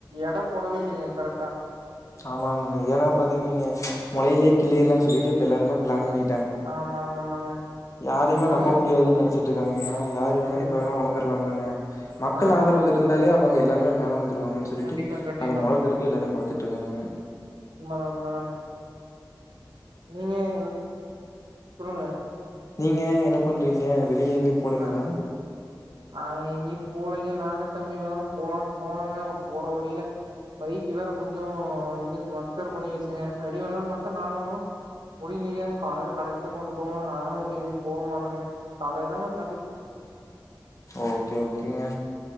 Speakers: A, on the right; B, on the left.
A: எட போடவே இல்லைங்க கரெக்டா
B: ஆமாங்க ஏனா பாத்தீங்க நீீங்க முலையிலே கிள்ளியிடலா
A: ம்
B: சொல்லிட்டு எல்லாருமே பிளான் பண்ணி
A: ஆமா ஆமா ஆமாங்க
B: யாரயுமே
A: அதுதாங்க
B: நம்ப முடியாதுன்னு நெனச்சுட்டு இருக்காங்க ஏன்னா யாரு வேணா
A: ம்
B: எப்ப வேணா வளந்துர்லாம் போலங்க மக்கள்
A: ஆமா
B: ஆதரவு
A: ஆமாங்க
B: இருந்தாலே அவுங்க எல்லா பே மேல வந்துரு டுவாங்கனு சொல்லிட்டு
A: கண்டிப்பாங்க கண்டிப்பாங்க
B: அத மொழக்கிறக்கே எல்லாரு பாத்துட்டு இருக்காங்கங்க
A: உண்மதா உண்மதாங்க நீங்க எல் சொல்லுங்க
B: நீங்க என்ன பண்றீங்க வெளியே எங்கேயும் போலேங்ளா
A: நா நா எங்கயு போலைங்க நானுந் தம்பி வேலும் போலான்னு போனோங்க போற வழில பைக் வேற கொஞ்சோ அ இதுக்கு மக்கர் பண்ணிருச்சுங்க ரெடி பண்லாம்னு பாத்தா நானு முடியலைங்க காலையில கடைக்குத்தா கொண்டு போவங்க அதனால எங்க வெளிய போக மாட்டோங்க காலல தாங்க
B: ஓகே ஓகேங்க